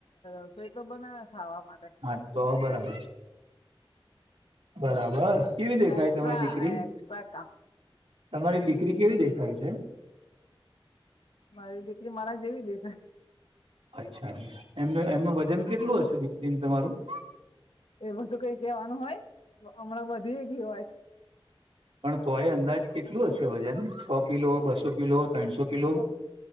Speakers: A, on the left; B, on the right.
A: રસોઈ તો બનાવે ખાવા માટે
B: હા તો બરાબર છે. બરાબર કેવી દેખાય
A: એક્સ્ટ્રા
B: તમારી દીકરી.
A: એક્સ્ટ્રા કામ
B: તમારી દીકરી કેવી દેખાય છે?
A: મારી દીકરી મારા જેવી દેખા
B: અચ્છા એમનું એમનું વજન કેટલું હશે દીકરી ન તમારું.
A: એ બધું કઈ કેવાનું હોય હમણાં વધી એ ગ્યું હોય.
B: પણ તોય અંદાજ કેટલું હશે વજન સો કિલો બસો કિલો ત્રણસો કિલો